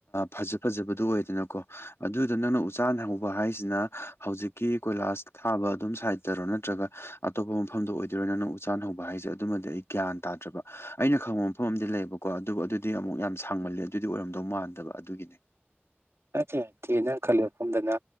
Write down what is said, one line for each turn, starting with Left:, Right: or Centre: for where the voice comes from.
Left: ꯐꯖ ꯐꯖꯕꯗꯨ ꯑꯣꯏꯗꯅꯀꯣ ꯑꯗꯨꯗ ꯅꯪꯅ ꯆꯥ ꯍꯧꯕ ꯍꯥꯏꯁꯤꯅ ꯍꯧꯖꯤꯛ ꯀꯣꯏꯥꯁ ꯊꯥ ꯁꯥꯏꯔꯣ ꯅꯠꯇ꯭ꯔꯒ ꯑꯇꯣꯞꯄ ꯃꯐꯝ ꯃꯐꯝꯗꯣ ꯑꯣꯏꯗꯣꯏꯔꯣ ꯅꯪ ꯎꯆ ꯆꯥꯟ ꯍꯧꯕ ꯍꯥꯏꯁꯦ ꯑꯗꯨꯃꯗꯤ ꯑꯩ ꯒ꯭ꯌꯥꯟ ꯇꯥꯗ꯭ꯔꯕ ꯑꯩꯅ ꯈꯪꯕ ꯃꯐꯝ ꯑꯃꯗꯤ ꯂꯩꯌꯦꯕꯀꯣ ꯑꯗꯨꯕꯨ ꯑꯗꯨꯗꯤ ꯑꯃꯨꯛ ꯌꯥꯝꯅ ꯁꯥꯡꯃꯜꯂꯦ ꯑꯗꯨꯗꯤ ꯑꯣꯏꯔꯝꯗꯧ ꯃꯥꯟꯗꯕ ꯑꯗꯨꯒꯤꯅꯦ
Right: ꯌꯥꯇꯦ ꯌꯥꯇꯦ ꯅꯪ ꯈꯜꯂꯤ ꯃꯐꯝꯗꯅ